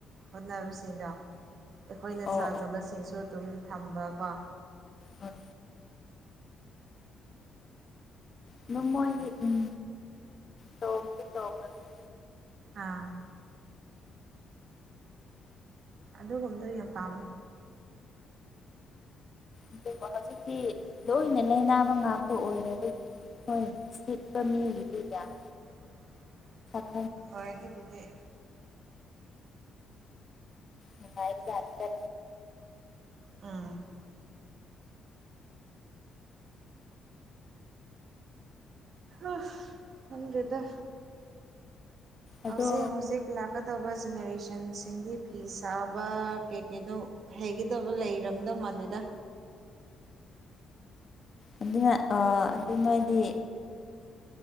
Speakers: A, on the right; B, on the left.
A: ꯍꯣꯠꯅꯕꯁꯤꯡꯗꯣ ꯑꯩꯈꯣꯏꯅ
B: ꯑꯣ
A: ꯆꯥꯖꯕꯁꯤꯡꯁꯨ ꯑꯗꯨꯝ ꯊꯝꯕꯀꯣ
B: ꯍꯣꯏ ꯑꯗꯨ ꯃꯣꯏꯒꯤ ꯎꯝ ꯇꯣꯡꯗꯤ ꯇꯣꯡꯉꯅꯤ
A: ꯑꯥ ꯑꯗꯨꯒꯨꯝꯕꯗꯨ ꯌꯥꯝ ꯄꯥꯝꯃꯦ
B: ꯑꯗꯨꯕꯨ ꯍꯧꯖꯤꯛꯇꯤ ꯂꯣꯏꯅ ꯂꯩꯥꯅꯕ ꯉꯥꯛꯇ ꯑꯣꯏꯔꯕꯒꯤ ꯍꯣꯏ ꯁꯤꯠꯄ ꯃꯤꯒꯤꯗꯤ ꯌꯥꯝ
A: <unintelligible>
B: <unintelligible> <unintelligible> <unintelligible>
A: ꯍꯣꯏ ꯑꯗꯨꯕꯨꯗꯤ
B: ꯅꯨꯡꯉꯥꯏꯕꯖꯥꯠꯅꯤꯗ
A: ꯎꯝ ꯑꯁ ꯈꯪꯗꯦꯗ
B: ꯑꯗꯣ
A: ꯍꯧꯖꯤꯛ ꯍꯧꯖꯤꯛ ꯂꯥꯛꯀꯗꯕ ꯖꯦꯅꯦꯔꯦꯁꯟꯁ ꯁꯤꯡꯗꯤ ꯐꯤ ꯁꯥꯕ ꯀꯩ ꯀꯩꯅꯣ ꯍꯩꯒꯗꯕ ꯂꯩꯔꯝꯗꯧ ꯃꯥꯟꯗꯦꯗ
B: ꯑꯗꯨꯅ ꯑꯥ ꯑꯗꯨ ꯅꯣꯏꯗꯤ